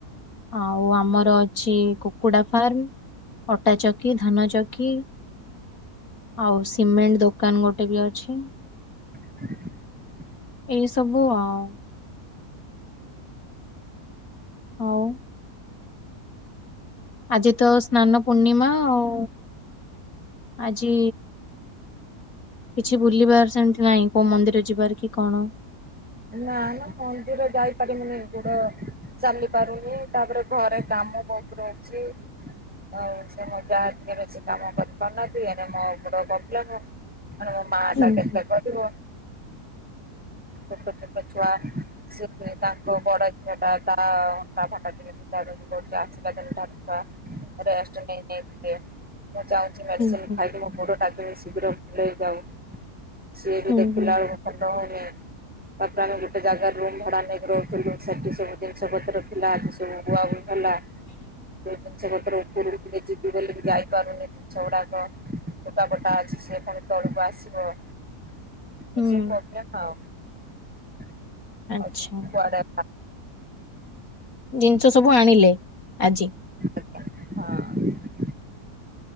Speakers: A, on the left; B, in the centre.
A: ଆଉ ଆମର ଅଛି କୁକୁଡ଼ା ଫାର୍ମ। ଅଟା ଚକି ଧାନ ଚକି ଆଉ ସିମେଣ୍ଟ ଦୋକ ଦୋକାନ ଗୋଟେ ବି ଅଛି।
B: <inaudible>
A: ଏଇ ସବୁ ଆଉ। ଆଉ। ଆଜି ତ ସ୍ନାନ ପୂର୍ଣ୍ଣିମା ଆଉ। ଆଜି। କିଛି ବୁଲିବାର୍ ସେମିତି ନାଇଁ କୋଉ ମନ୍ଦିର ଯିବାର କି କଣ।
B: ନା ନା ମନ୍ଦିର ଯାଇ ପାରିମିନି ଗୋଡ଼। ଚାଲି ପାରୁନି ତାପରେ ଘରେ କାମ ବହୁତ ରହୁଛି। ଆଉ ସେ ମୋ ଯାଆ ଟିକେ ବେଶୀ କାମ କରି ପାରୁ ନାହାନ୍ତି ଏଣେ ମୋ ଗୋଡ଼ ପବ୍ଲେମ। ଏଣେ ମୋ ମାଆ
A: ହୁଁ
B: ଟା କେତେ
A: ହୁଁ
B: କରିବ? ଛୋଟ-ଛୋଟ ଛୁଆ ସେ ତାଙ୍କ ବଡ଼ ଝିଅଟା ତା <unintelligible> କରୁଛି ଆସିବା ଦିନଠାରୁ। ରେଷ୍ଟ ନେଇ-ନେଇ କିରି ମୁଁ ଚାହୁଁଛି ମେଡ଼ିସିନ୍
A: ହୁଁ ହୁଁ
B: ଖାଇକି ମୋ ଗୋଡ଼ ତାଦ ଶୀଘ୍ର ଭଲ ହେଇଯାଉ ସିଏ ବି
A: ହୁଁ
B: ଦେଖିଲା
A: ହୁଁ।
B: ବେଳକୁ ଭଲ ହଉନି। ତାପରେ ଆମେ ଗୋଟେ ଜାଗାରେ ରୁମ ଭଡା ନେଇକି ରହୁଥିଲୁ ସେଠି ସବୁ ଜିନିଷ ପତ୍ର ଥିଲା ଆଜି ସବୁ ବୁଆବୁହି ହେଲା।
A: <inaudible>
B: ସେ ଜିନିଷ ପତ୍ର ଉପରକୁ ନେଇଯିବି ବୋଲି ଯାଇପାରୁନି ଜିନିଷଗୁଡ଼ାକ। ଲୁଗାପଟା ଅଛି ସେ ପୁଣି ତଳକୁ ଆସିବ ଏମିତି
A: ହୁଁ
B: ସବୁ କରିବା ଆଉ। <unintelligible>
A: ଆଚ୍ଛା
B: ସବୁ କୁଆଡେ
A: ଜିନିଷ ସବୁ ଆଣିଲେ ଆଜି।
B: ହଁ।